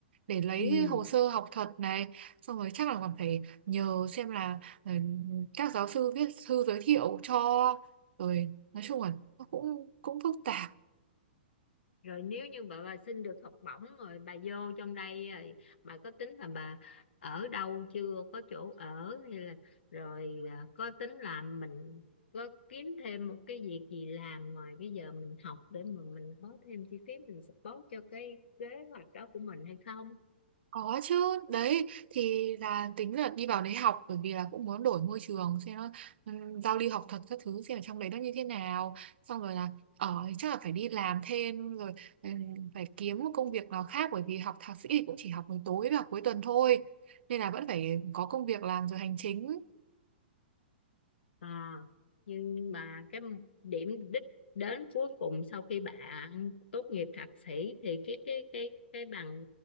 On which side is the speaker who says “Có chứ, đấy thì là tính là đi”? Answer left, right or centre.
Right